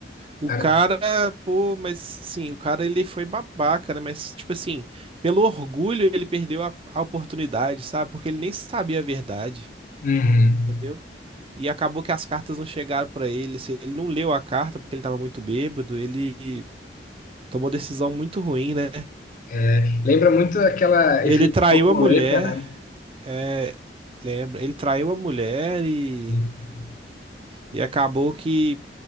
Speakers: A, on the right; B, on the left.
A: O
B: cara,
A: cara, pô, mas sim, o cara ele foi babaca, né? Mas, tipo assim, pelo orgulho ele perdeu a, a oportunidade, sabe? Porque ele nem sabia a verdade,
B: uhum.
A: entendeu? E acabou que as cartas não chegaram pra ele. assim, ele não leu a carta porque ele tava muito bêbado. Ele tomou decisão muito ruim, né?
B: É, lembra muito aquela
A: Ele
B: efeito
A: traiu
B: borboleta,
A: a mulher,
B: né?
A: é, lembra? Ele traiu a mulher e,
B: Sim.
A: e acabou que